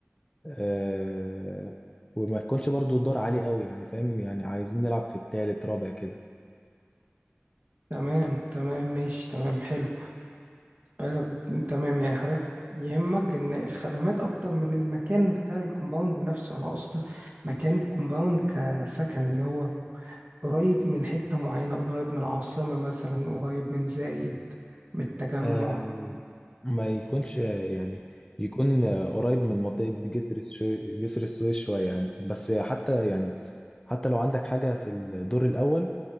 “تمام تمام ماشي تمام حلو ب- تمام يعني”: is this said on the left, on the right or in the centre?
Right